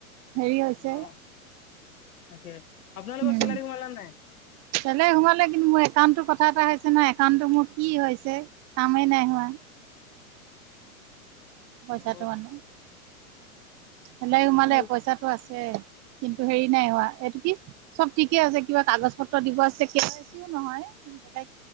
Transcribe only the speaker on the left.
অ তাকে। আপোনালোকৰ
চেলাৰী সোমালা নাই
অ
কি